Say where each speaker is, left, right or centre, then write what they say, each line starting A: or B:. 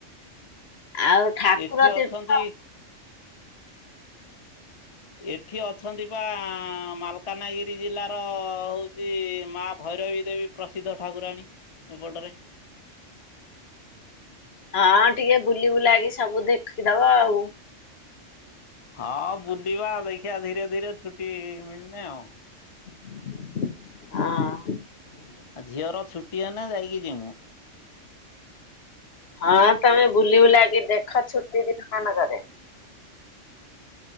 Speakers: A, on the left (about 55°); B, on the left (about 35°).
A: ଆଉ ଠାକୁର
B: । ଏଠି
A: ତୀର୍ଥ
B: ଅଛନ୍ତି ଏଠି ଅଛନ୍ତି ବା ମାଲକାନଗିରି ଜିଲ୍ଲାର ହଉଛି ମା ଭୈରବୀ ଦେବୀ ପ୍ରସିଦ୍ଧ ଠାକୁରାଣୀ ଏପଟରେ।
A: ହଁ ଟିକେ ବୁଲି ବୁଲାକି ସବୁ ଦେଖିଦବ ଆଉ।
B: ହଁ ବୁଲିବା ଦେଖିବା ଧୀରେ ଧୀରେ ଛୁଟି ମିଳିନି ଆଉ।
A: ହଁ।
B: ଆଉ ଝିଅର ଛୁଟି ହେନେ ଯାଇକି ଯିବୁ।
A: ହଁ। ତମେ ବୁଲି ବୁଲାକି ଦେଖ ଛୁଟି ଦିନ ମାନଙ୍କରେ